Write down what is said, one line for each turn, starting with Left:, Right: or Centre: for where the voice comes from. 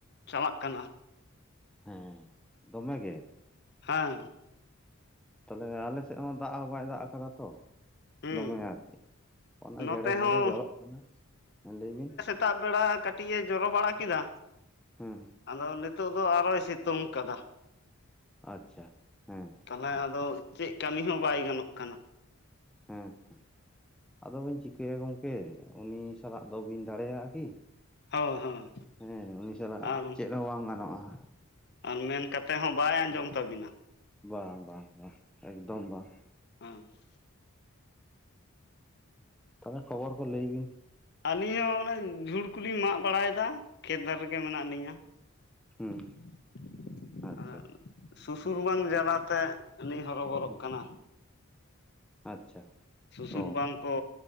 Left: ᱪᱟᱞᱟᱜ ᱠᱟᱱᱟ ᱾
Centre: ᱦᱮᱸ ᱫᱚᱢᱮ ᱜᱮ ᱾
Left: ᱦᱟᱝ
Centre: ᱛᱟᱞᱦᱮ ᱟᱞᱮᱥᱮᱫ ᱦᱚᱸ ᱫᱟᱜ ᱦᱚᱸ ᱵᱟᱭ ᱫᱟᱜ ᱠᱟᱫᱟ ᱛᱚ ᱾
Left: ᱦᱩᱸ
Centre: ᱫᱚᱢᱮ ᱟᱨᱠᱤ ᱚᱱᱟ
Left: ᱱᱚᱛᱮ
Centre: ᱡᱷᱮᱲᱮ ᱡᱷᱮᱲᱮ
Left: ᱦᱚᱸ
Centre: ᱡᱚᱨᱚᱜ ᱠᱟᱱᱟ ᱢᱟ ᱞᱟᱹᱭ ᱵᱤᱱᱼᱼ
Left: ᱛᱟᱜ ᱵᱮᱲᱟ ᱠᱟᱹᱴᱤᱡ ᱮ ᱡᱚᱨᱚ ᱵᱟᱲᱟ ᱠᱮᱫᱟ᱾
Centre: ᱦᱩᱸ
Left: ᱟᱫᱚ ᱱᱤᱛᱳᱜ ᱫᱚ ᱟᱨᱚᱭ ᱥᱤᱛᱩᱝ ᱠᱟᱫᱟ᱾
Centre: ᱟᱪᱪᱷᱟ ᱦᱮᱸ
Left: ᱛᱟᱞᱮ ᱟᱫᱚ ᱪᱮᱜ ᱠᱟᱹᱢᱤ ᱦᱚᱸ ᱵᱟᱭ ᱜᱟᱱᱚᱜ ᱠᱟᱱᱟ᱾
Centre: ᱦᱮᱸ ᱟᱫᱚ ᱵᱤᱱ ᱪᱤᱠᱟᱹᱭᱟ ᱜᱚᱝᱠᱮ ᱩᱱᱤ ᱥᱟᱞᱟᱜ ᱫᱚ ᱵᱤᱱ ᱫᱟᱲᱮᱭᱟᱜ-ᱟ ᱟᱨᱠᱤ?
Left: ᱦᱳᱭ ᱦᱳᱭ
Centre: ᱦᱮᱸ ᱩᱱᱤ ᱥᱟᱞᱟᱜ
Left: ᱟᱨ
Centre: ᱪᱮᱜ ᱦᱚᱸ ᱵᱟᱝ ᱜᱟᱱᱚᱜ-ᱟ ᱾
Left: ᱟᱨ ᱢᱮᱱ ᱠᱟᱛᱮ ᱦᱚᱸ ᱵᱟᱭ ᱟᱸᱡᱚᱢ ᱛᱟᱵᱤᱱᱟ᱾
Centre: ᱵᱟᱝ ᱵᱟᱝ ᱵᱟᱝ ᱮᱠᱫᱚᱢ ᱵᱟᱝ᱾
Left: <inaudible>
Centre: ᱛᱚᱵᱮ ᱠᱷᱚᱵᱚᱨ ᱠᱚ ᱞᱟᱹᱭ ᱵᱤᱱ?
Left: ᱟᱹᱞᱤᱧ ᱦᱚᱸ ᱚᱱᱮ ᱡᱷᱩᱲ ᱠᱚᱞᱤᱧ ᱢᱟᱜ ᱵᱟᱲᱟᱭᱫᱟ ᱠᱷᱮᱛ ᱫᱷᱟᱨᱮᱼᱼ ᱜᱮ ᱢᱮᱱᱟᱜ ᱱᱤᱧᱟᱹ <inaudible>
Centre: ᱦᱩᱸ
Left: <inaudible>
Centre: ᱟᱪᱪᱷᱟ
Left: ᱟᱸᱜ ᱥᱩᱥᱩᱨᱵᱟᱝ ᱡᱟᱞᱟᱛᱮ ᱟᱹᱱᱤᱡ ᱦᱚᱨᱚᱵᱚᱨᱚᱜ
Centre: ᱦᱩᱸ
Left: ᱠᱟᱱᱟ᱾
Centre: ᱟᱪᱪᱷᱟ,
Left: ᱥᱩᱥᱩᱨ
Centre: ᱚ
Left: ᱵᱟᱝ ᱠᱚ